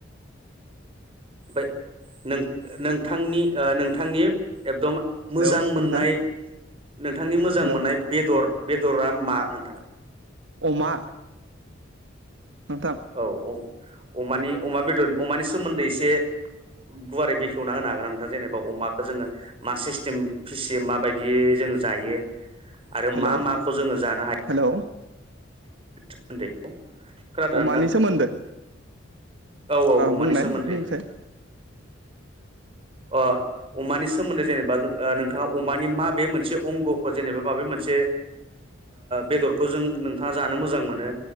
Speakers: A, on the right; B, on the right.
A: ओमबाय नों ओ नों नोंथांनि ओ नोंथांनि। एकदम मोजां
B: हेलौ
A: मोननाय
B: नोंथां
A: नोंथांनि मोजां
B: हेलौ
A: मोननाय बेदर बे बेदरा मा नोंथां।
B: अमा नोंथां
A: औ औ। अमानि अमा बेदर अमानि सोमोन्दै एसे गुवारै बेखेवना होनो हागोन नोंथां जेनेबा अमाखौ जोङो मा सिस्टेम फिसिम माबायदि जों जायो आरो
B: हेलौ
A: मा माखौ जोङो जानो हायो।
B: हेलौ
A: सोमोन्दै खोनादों
B: अमानि
A: नोंथां
B: सोमोन्दै
A: औ औ अमानि
B: बुंनाय
A: सोमोन्दै
B: बुंसै।
A: अ अमानि सोमोन्दै जेनेबा नोंथाङा अमानि माबे मोनसे अंगखौ जेनेबा माबे मोनसे बेदरखौ जों नोंथाङा जानो मोजां मोनो